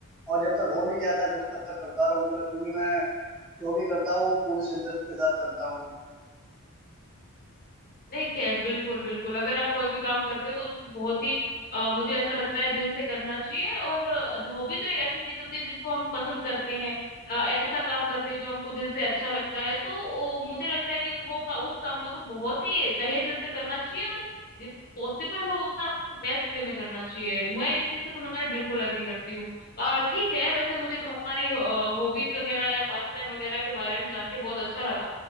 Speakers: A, in the centre; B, on the left.
A: और जब तक हो नहीं जाता कुछ तब तक करता रहूंगा क्योंकि मैं जो भी करता हूँ वो पूरी शिद्दत के साथ करता हूँ
B: नहीं केयर बिल्कुल बिल्कुल अगर आप कोई भी काम करते हो तो उसको बहुत ही अ, मुझे ऐसा लगता है दिल से करना चाहिए और हॉबी तो एक ऐसी चीज होती है जिसको हम पसंद करते हैं अ, ऐसा काम करते हैं जो हमको दिल से अच्छा लगता है तो ओ, मुझे लगता है कि वो का, उस काम को तो बहुत ही तहे दिल से करना चाहिए और जित पॉसिबल हो उतना बेस्ट वे में करना चाहिए मैं इस चीज से तुम्हारे बिल्कुल अग्री करती हूँ अ, ठीक है वैसे मुझे तुम्हारी हॉबीज वगैरह या पास टाइम वगैरह के बारे में जान के बहुत अच्छा लगा